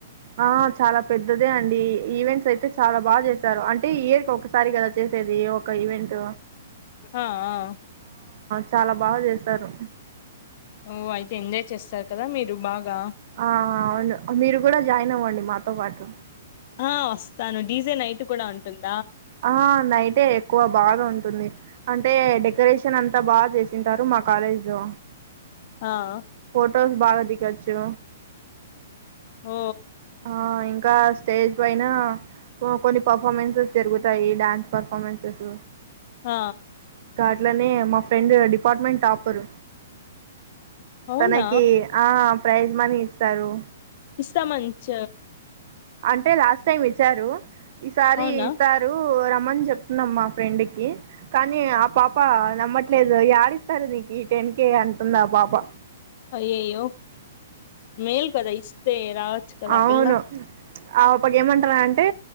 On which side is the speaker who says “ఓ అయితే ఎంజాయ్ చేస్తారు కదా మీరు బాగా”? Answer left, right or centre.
Left